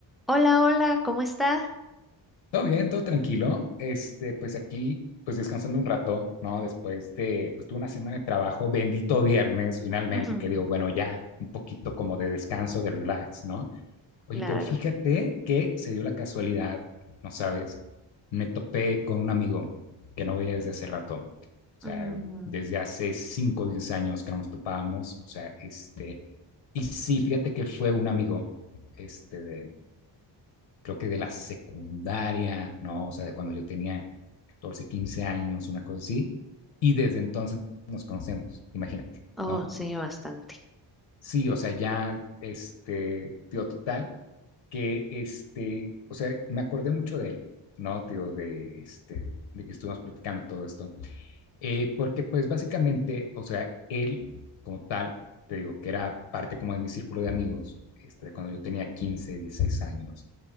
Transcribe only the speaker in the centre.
Hola, hola, ¿cómo está?
Ujú,
Claro.
Mm,
Oh,
sí, bastante.